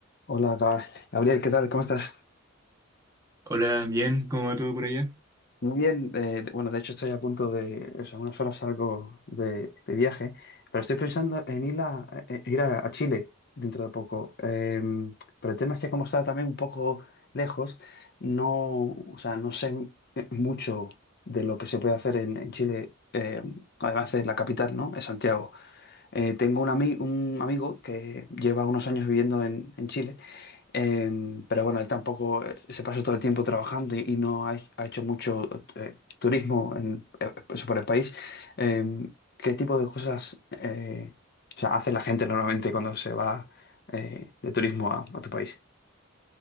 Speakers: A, on the left; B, on the right.
A: Hola, Ga- Gabriel, ¿qué tal? ¿Cómo estás?
B: Hola, bien, ¿cómo va todo por allá?
A: Muy bien. eh, de- bueno, de hecho estoy a punto de, o sea, en unas horas salgo de, de viaje, pero estoy pensando en ir a, eh, eh, ir a, a Chile dentro de poco. Em, pero el tema es que como está también un poco lejos, no, o sea, no sé eh, mucho de lo que se puede hacer en, en Chile, em, además de la capital, ¿no? Es Santiago. Eh, tengo un, ami- un amigo que lleva unos años viviendo en, en Chile Em, pero bueno, él tampoco eh, se pasa todo el tiempo trabajando y, y no ha, ha hecho mucho eh, turismo en, eh, pues, por el país. Em, ¿qué tipo de cosas eh, o sea, hace la gente normalmente cuando se va eh, de turismo a, a tu país?